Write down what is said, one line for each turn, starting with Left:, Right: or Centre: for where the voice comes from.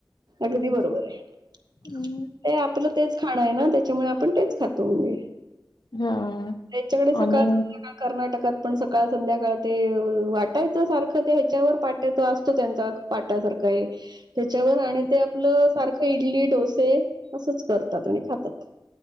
Right: अगदी बरोबर
Left: असं.
Right: आहे ते
Left: हं,
Right: आपलं तेच खाणं आहे ना त्याच्यामुळे आपण तेच खातो म्हणजे
Left: हां
Right: त्यांच्याकडे सकाळ
Left: आणि
Right: संध्याकाळ कर्नाटकात पण सकाळ संध्याकाळात ते वाटायचं सारखं ते ह्याच्यावर पाट्यात असतो त्यांचा पाट्यासारखं हे त्याच्यावर आणि ते आपलं सारखं इडली डोसे असंच करतात आणि खातात